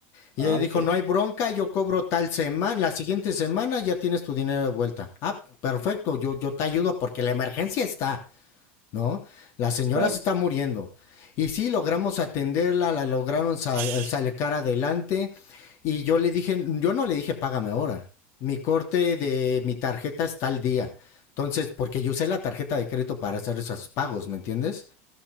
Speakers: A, on the left (about 45°); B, on the right (about 40°).
A: Y
B: Ah,
A: ella dijo,
B: ok,
A: no hay bronca, yo cobro tal semana, la siguiente semana ya tienes tu dinero de vuelta. Ah, perfecto, yo, yo te ayudo porque la emergencia está, ¿no? La señora
B: claro.
A: se está muriendo. Y sí, logramos atenderla, la lograron sa-
B: <sniffs>
A: sacar adelante. Y yo le dije, yo no le dije, págame ahora. Mi corte de mi tarjeta está al día. Entonces, porque yo usé la tarjeta de crédito para hacer esos pagos, ¿me entiendes?